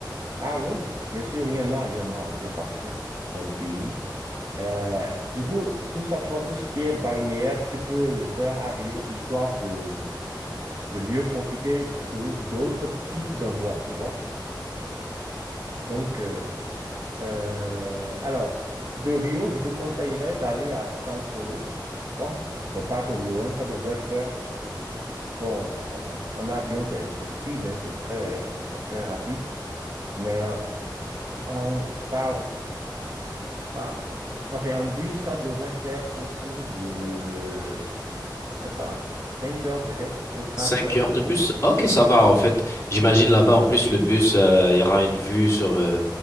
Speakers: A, on the right; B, on the left.
A: Ah oui, bien sûr, il y en a, il y en a un peu partout dans le pays. Euh, du coup, tout ça, tu vois, tout ce qui est balnéaire, tu peux le faire à Rio, histoire de, de mieux profiter d'au- d'autres types d'endroits, tu vois. Donc, euh, euh, alors, de Rio, je te conseillerais d'aller à São Paulo, d'accord? C'est pas de loin, ça devrait faire, bon, ça- enfin, en avion, c'est c'est speed, hein, c'est très, c'est très rapide, mais euh, en, par, par, enfin, en bus, ça devrait faire autour de... je sais pas, 5 heures peut-être ou 4
B: Cinq
A: heures
B: heures
A: de
B: de
A: route.
B: bus? Ok, ça va en fait. J'imagine là-bas
A: Ouais.
B: en plus le bus, euh, il y aura une vue sur euh,